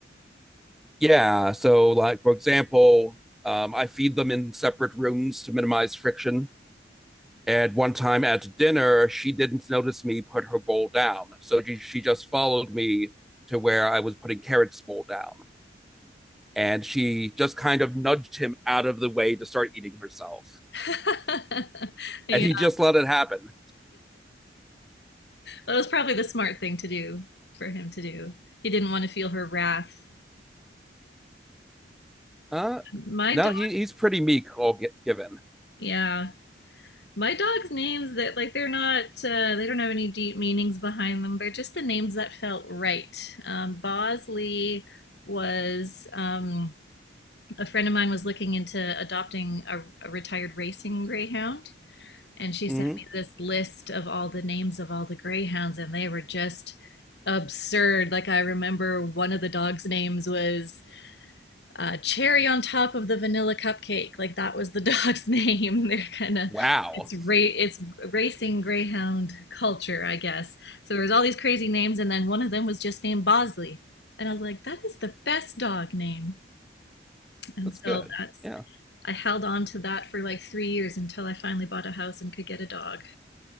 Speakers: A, in the centre; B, on the left.
A: yeah, so like for example, um, I feed them in separate rooms to minimize friction. At one time at dinner, she didn't notice me put her bowl down. So she, she just followed me to where I was putting Carrot's bowl down. And she just kind of nudged him out of the way to start eating herself.
B: <laughs> Yeah,
A: And he just let it happen.
B: that was probably the smart thing to do for him to do. He didn't want to feel her wrath.
A: Uh,
B: My
A: no,
B: dog,
A: he, he's pretty meek, all get given.
B: yeah. My dog's names that like they're not uh, they don't have any deep meanings behind them. They're just the names that felt right. Um, Bosley was um, a friend of mine was looking into adopting a, a retired racing greyhound, and she
A: Mhm.
B: sent me this list of all the names of all the greyhounds, and they were just absurd. Like I remember one of the dogs' names was uh, Cherry on top of the vanilla cupcake. Like that was the dog's <laughs> name. They're kind of
A: Wow.
B: it's ra- it's racing greyhound culture, I guess. So there was all these crazy names, and then one of them was just named Bosley, and I was like, that is the best dog name. And
A: That's
B: so
A: good.
B: that's
A: Yeah.
B: I held on to that for like three years until I finally bought a house and could get a dog.